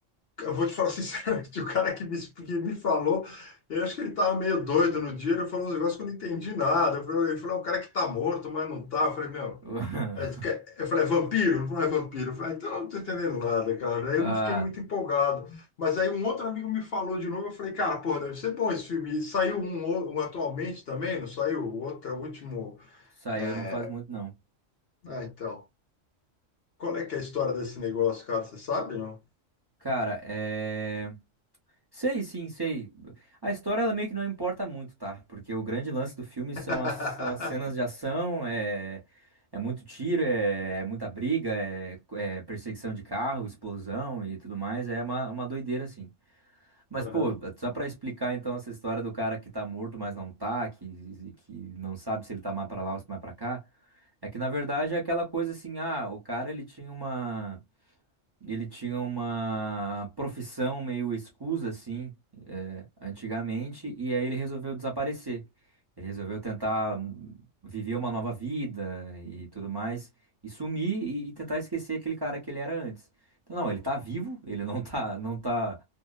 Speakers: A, on the left (about 55°); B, on the right (about 25°).
A: eu vou te falar <laughs> sinceramente, o cara que me, que me falou, eu acho que ele tava meio doido no dia, ele falou uns negócios que eu não entendi nada, eu falei, ele falou, é um cara que tá morto, mas não tá, eu falei, meu,
B: <laughs>
A: Aí ele quer- Eu falei, é vampiro? não é vampiro. Eu falei, ah, então eu não tô entendendo nada, cara. Aí
B: Ah,
A: eu não fiquei muito empolgado. Mas aí um outro amigo me falou de novo. Eu falei, cara, pô, deve ser bom esse filme. E saiu um, o- um atualmente também, não saiu? O outro é o último.
B: saiu
A: é,
B: não faz muito não.
A: Ah, então. Qual é que é a história desse negócio, cara? Você sabe, não?
B: Cara, é. Sei, sim, sei. A história ela meio que não importa muito, tá? Porque o grande lance do filme são
A: <laughs>
B: as, são as cenas de ação, é, é muito tiro, é, é muita briga, é, é perseguição de carro, explosão e tudo mais. É uma, uma doideira, assim. Mas,
A: Aham.
B: pô, só pra explicar então essa história do cara que tá morto, mas não tá, que, que não sabe se ele tá mais pra lá ou se mais pra cá. É que na verdade é aquela coisa assim, ah, o cara ele tinha uma. E ele tinha uma profissão meio escusa, assim, eh, antigamente, e aí ele resolveu desaparecer. Ele resolveu tentar hum, viver uma nova vida e tudo mais, e sumir e, e tentar esquecer aquele cara que ele era antes. Então, não, ele tá vivo, ele não tá, não tá